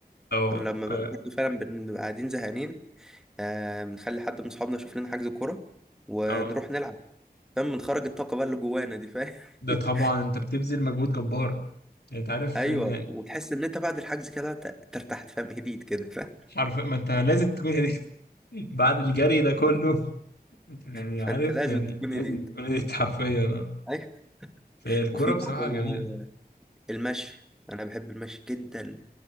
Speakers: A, on the left; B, in the centre.
A: اه
B: لما
A: ف
B: ب- برضه فعلا بن- بنبقى قاعدين زهقانين آه بنخلي حد من صحابنا يشوف لنا حجز كورة ونروح
A: اه
B: نلعب فاهم بنخرج الطاقة بقى اللي جوانا دي فاهم
A: ده
B: <laughs>
A: طبعا انت بتبذل مجهود جبار يعني انت عارف
B: ايوه
A: ان
B: وتحس ان انت بعد الحجز كده ت- ترتحت فاهم هديت كده فاهم
A: حرفيا ما انت لازم تكون هديت <laughs> بعد الجري ده كله يعني
B: فانت
A: عارف
B: لازم
A: يعني
B: تكون
A: لازم
B: هديت
A: تكون هديت حرفيا اه
B: ايوه
A: فالكورة
B: وفي
A: بصراحة
B: برضه
A: جميلة
B: المشي انا بحب المشي جدا